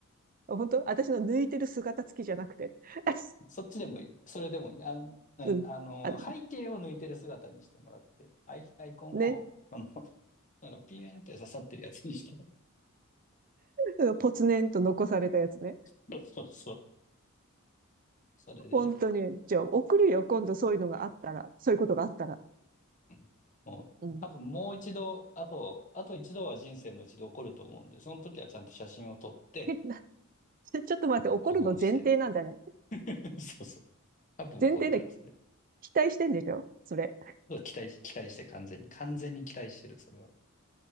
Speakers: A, on the right; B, on the left.
A: 本当私の抜いてる姿付きじゃなくて。<laughs>
B: そっちでもいい。それでもいい。あの、うん、
A: うん。
B: あの、
A: あ、
B: 背景を抜いてる姿にしてもらって、アイ、アイコンを、
A: ね。
B: この、<laughs> なんかピューンって刺さってるやつにして。
A: うんポツネンと残されたやつね。
B: そうそうそう。それでいい。
A: 本当に。じゃあ、送るよ。今度そういうのがあったら。そういうことがあったら。
B: うんもう、
A: うん。
B: 多分もう一度、あと、あと一度は人生のうちで起こると思うんで、その時はちゃんと写真を撮って、
A: <laughs> なちょっと待って、
B: うん保存して。
A: 怒るの前提なんだね。
B: <laughs> そうそう。多分起こるから、
A: 前提で
B: それ。
A: 期待してんでしょそれ。
B: そう期待し、期待して完全に、完全に期待してる、それは。